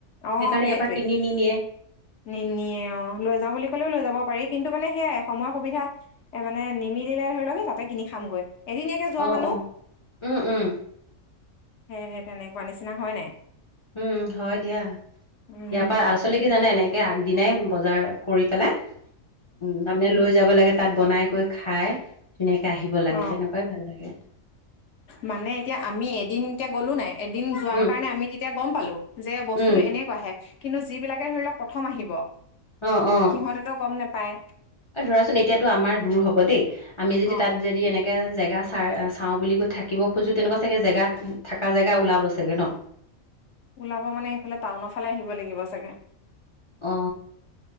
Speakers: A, on the left; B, on the left.
A: অ
B: সেইকাৰণে
A: সেইটোৱে
B: এয়াৰ পৰা কিনিনিয়ে।
A: নিনিয়ে অ লৈ যাও বুলি ক'লেও লৈ যাব পাৰি কিন্তু মানে সেয়াই সময়ৰ সুবিধা এ মানে নিম- মিলিলে ধৰি লওক তাতে কিনি খামগৈ এদিনীয়াকে যোৱা
B: অ',
A: মানুহ।
B: অ', উম, উম,
A: সে তেনেকুৱা নিচিনা হয় নাই?
B: উম হয় দিয়া,
A: উম
B: ইয়াৰ পৰা আচলতে কি জানে নে আগদিনাই বজাৰ কৰি পেলাই উম তাৰমানে লৈ যাব লাগে। তাত বনাই কৈ খাই। ধুনীয়াকে আহিব লাগে
A: অ
B: তেনেকুৱাই ভাল লাগে
A: মানে এতিয়া আমি এদিনকে গলো নাই। এদিন যোৱাৰ
B: উম
A: কাৰণে আমি তেতিয়া গম পালো যে বস্তুতটো
B: উম
A: এনেকুৱাহে। কিন্তু যিবিলাকে ধৰি লওঁক প্ৰথম আহিব,
B: অ' - অ'।
A: সিহঁতেতো গম নেপায়
B: এ ধৰাচোন এতিয়াতো আমাৰ দূৰ হব দে। আমি যদি
A: অ
B: তাত যদি এনে কে জেগা চাই চাও বুলি কৈ থাকিব খোজো তেনেকুৱা চাগে জেগা থকা জেগা ওলাব চাগে ন? <inaudible>
A: ওলাব মানে সেইফালে টাউনৰ ফালে আহিব লাগিব চাগে।
B: অ।